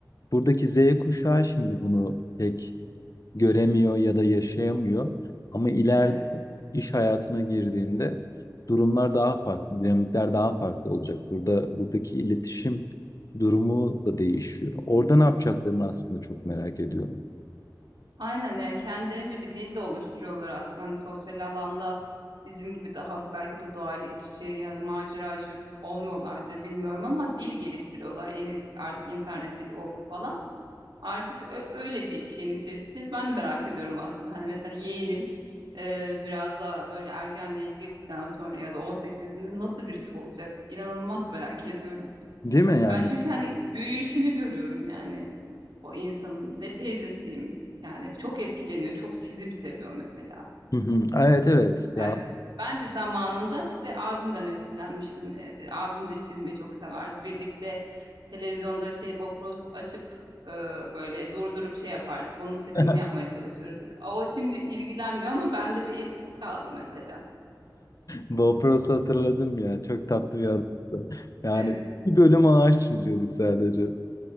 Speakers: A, on the left (about 50°); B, on the right (about 80°).
A: buradaki Z kuşağı şimdi bunu pek göremiyor ya da yaşayamıyor. Ama ileride
B: evet.
A: iş hayatına girdiğinde durumlar daha farklı, dinamikler daha farklı olacak. Burada buradaki iletişim durumu da değişiyor. Orada ne yapacaklarını aslında çok merak ediyorum.
B: Aynen yani kendilerince bir dil de oluşturuyorlar aslında. Hani sosyal alanda bizim gibi daha belki de doğayla iç içe ya da maceracı olmuyorlardır bilmiyorum ama dil geliştiriyorlar. Yeni artık internet dili o bu falan. Artık ö- öyle bir şeyin içerisindeyiz. Ben de merak ediyorum aslında. Hani mesela yeğenim e, biraz daha böyle ergenliğe girdikten sonra ya da 18'inde nasıl birisi olacak? İnanılmaz merak ediyorum.
A: Değil mi yani?
B: Ben çünkü hani büyüyüşünü görüyorum yani o insanın ve teyzesiyim. Yani çok etkileniyor, çok çizim seviyor mesela.
A: Hı hı. Evet evet ya.
B: Yani ben de zamanında işte abimden etkilenmiştim. E, e, abim de çizimi çok severdi. Birlikte televizyonda şey Bob Ross açıp e, böyle durdurup şey yapardık. Onun çizimini
A: <laughs>
B: yapmaya çalışırdık. O şimdi ilgilenmiyor ama bende bir etkisi kaldı mesela.
A: Bob Ross'u hatırladım ya. Çok tatlı bir adamdı. Yani
B: Evet. <laughs>
A: bir bölüm ağaç çiziyorduk sadece.